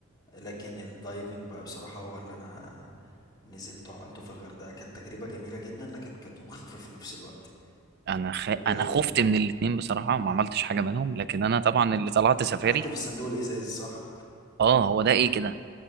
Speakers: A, on the left; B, on the right.
A: لكن الدايفنج بقى بصراحة هو اللي انا نزلت وعملته في الغردقة كانت تجربة جميلة جدا لكن كانت مخيفة في نفس الوقت
B: انا خ...
A: و-
B: انا خفت من الاتنين بصراحة ما عملتش حاجة منهم لكن انا طبعا اللي طلعت سفاري
A: وقعدت في الصندوق الإزاز صح
B: اه هو ده ايه كده